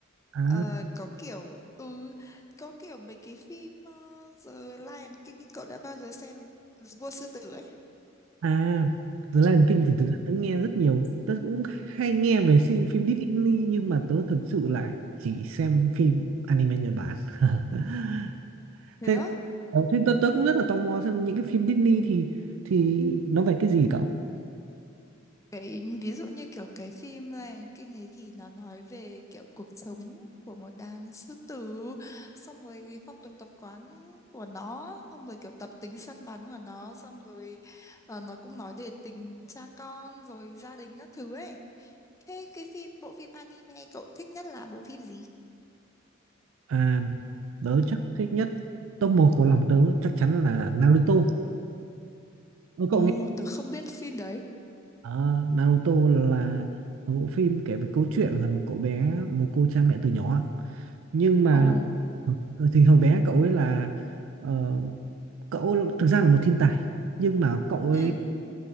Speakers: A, on the right; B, on the left.
A: À,
B: Ờ, có kiểu, ừ, có kiểu mấy cái phim ờ, The Lion King ý, cậu đã bao giờ xem không? Vua Sư Tử ấy.
A: à, The Lion King thì thực ra tớ nghe rất nhiều. Tớ cũng hay nghe về phim, phim Disney nhưng mà tớ thực sự lại chỉ xem phim anime Nhật Bản. <laughs>
B: Thế
A: Thế,
B: á?
A: ờ, thế tớ, tớ cũng rất là tò mò xem những cái phim Disney thì thì nó về cái gì cậu?
B: cái ví dụ như kiểu cái phim này kinh ấy thì nó nói về kiểu cuộc sống của một đàn sư tử xong rồi cái phong tục tập quán của nó xong rồi kiểu tập tính săn bắn của nó xong rồi ờ, nó cũng nói về tình cha con rồi gia đình các thứ ấy thế cái phim bộ phim anime cậu thích nhất là bộ phim gì
A: À, tớ chắc thích nhất top 1 của lòng tớ chắc chắn là Naruto. Ờ,
B: Ồ,
A: cậu nghe
B: tớ không biết phim đấy.
A: Ờ, Naruto là một bộ phim kể về câu chuyện là một cậu bé một cô cha mẹ từ nhỏ nhưng mà
B: Ồ,
A: ừ, thì hồi bé cậu ấy là ờ, cậu thực ra là một thiên tài nhưng mà cậu ấy
B: ừ,